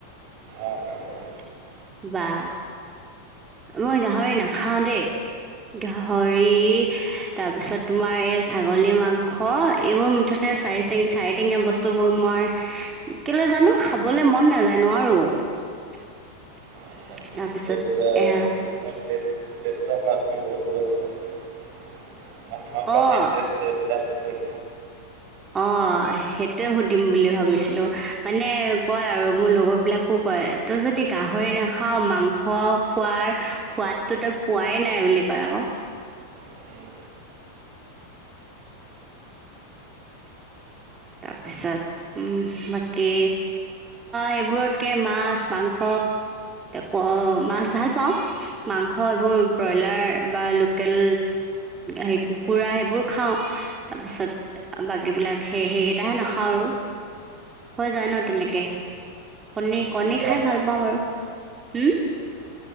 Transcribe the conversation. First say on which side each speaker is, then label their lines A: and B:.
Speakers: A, on the right; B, on the right.
A: অ হয়
B: বা মই গাহৰি নাখাও দেই গাহৰি তাৰপিছত তোমাৰ এই ছাগলী মাংস এইবোৰ মুঠতে চাৰি ঠেং চাৰিঠেঙীয়া বস্তু বোৰ মই কেলে জানো খাবলে মন নাযায় নোৱাৰো <unintelligible>
A: আচ্ছা
B: তাৰপিছত
A: সেইটো যে
B: এ
A: ম তেষ্টৰ পৰা তুমি বহুত বহুত আছা মাছ মাংস
B: অঁ
A: মেনটেষ্ট দুটা বস্তু
B: অ সেইটোয়ে সুধিম বুলি ভাবিছিলো মানে কয় আৰু মোৰ লগৰ বিলাকক কয় তই যদি গাহৰি নাখাও মাংস খোৱাৰ সোৱাদটো তই পোৱাই নাই বুলি কয় আকৌ
A: উম,
B: তাপ তাৰপিছত বাকী এইবোৰতকৈ মাছ মাংস ক মাছ ভাল পাওঁ মাংস এইবোৰ ব্ৰইলাৰ বা লোকেল হেই কুকুৰা সেইবোৰ খাওঁ তাৰপিছত বাকীবিলাক সেই সেইকেইটাহে নাখাওঁ আৰু হৈ যায় ন তেনেকে কণী
A: কণীটো
B: কণী
A: খোৱা
B: খাই
A: চাগে
B: ভাল পাওঁ বাৰু হম